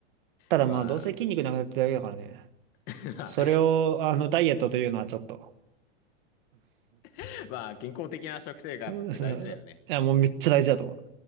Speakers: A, on the right; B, on the left.
A: ただまあ、
B: まあ、
A: どうせ筋肉なくなってるだけだからね。
B: <laughs> まあ、
A: それを、あの、ダイエットというのはちょっと。
B: <laughs> まあ健康的な食生活って大事だよね。
A: <laughs> いや、もうめっちゃ大事だと思う。